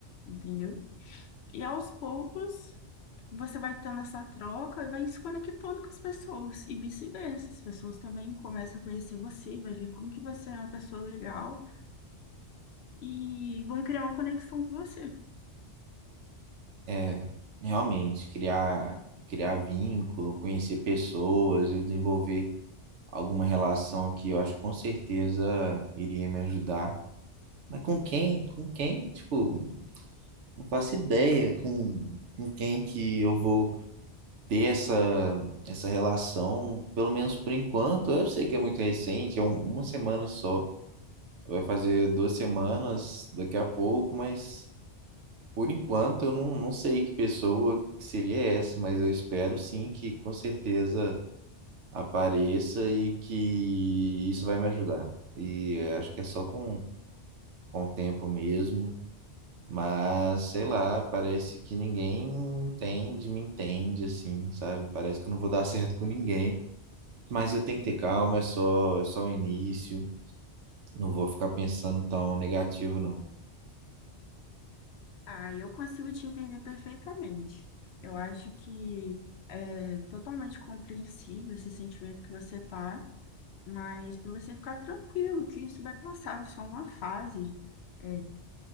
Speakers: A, on the left; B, on the right.
A: entendeu? E aos poucos você vai tendo essa troca e vai se conectando com as pessoas. E vice-versa, as pessoas também começam a conhecer você, vai ver como que você é uma pessoa legal e vão criar uma conexão com você.
B: É, realmente, criar, criar vínculo, conhecer pessoas, eu desenvolver alguma relação que eu acho que com certeza iria me ajudar. Mas com quem? Com quem? Tipo, não faço ideia com, com quem que eu vou ter essa, essa relação, pelo menos por enquanto. Eu sei que é muito recente, é um- uma semana só. Vai fazer duas semanas daqui a pouco, mas. Por enquanto, eu não, não sei que pessoa que seria essa, mas eu espero sim que com certeza apareça e que isso vai me ajudar. E eu acho que é só com, com o tempo mesmo, mas sei lá, parece que ninguém entende, me entende assim, sabe? Parece que eu não vou dar <laughs> certo com ninguém, mas eu tenho que ter calma, é só, é só o início, não vou ficar pensando tão negativo, não.
A: Ah, eu consigo te entender perfeitamente. Eu acho que é totalmente compreensível esse sentimento que você tá. Mas para você ficar tranquilo, que isso vai passar, é só uma fase é,